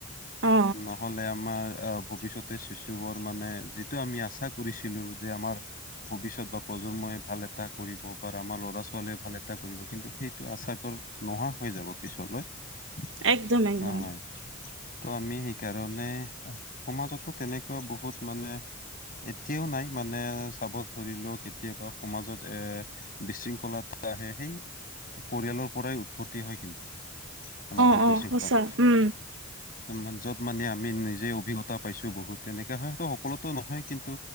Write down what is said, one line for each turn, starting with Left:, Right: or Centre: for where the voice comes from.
Right: অ
Left: নহ'লে আমাৰ আ' ভৱিষ্যতে শিশুবোৰ মানে যিটো আমি আচা কৰিছিলোঁ যে আমাৰ ভৱিষ্যত বা প্ৰজন্মই ভাল এটা কৰিব বা আমাৰ ল'ৰা-ছোৱালীয়ে ভাল এটা কৰিব কিন্তু সেইটো আশা কৰোঁ। নোহোৱা হৈ যাব পিছলৈ।
Right: একদম একদম
Left: ত' আমি সেইকাৰণে সমাজতো তেনেকুৱা বহুত মানে এতিয়াও নাই, মানে চাব ধৰিলেও কেতিয়াবা সমাজত এ বিশৃংখলাটো আহে, সেই পৰিয়ালৰ পৰাই উৎপত্তি হয় কিন্তু। সমাজত
Right: অ অ সঁচা উম
Left: <unintelligible> য'ত মানে আমি নিজে অভিজ্ঞতা পাইছোঁ বহুত। তেনেকা <unintelligible> সকলোতো নহয়। কিন্তু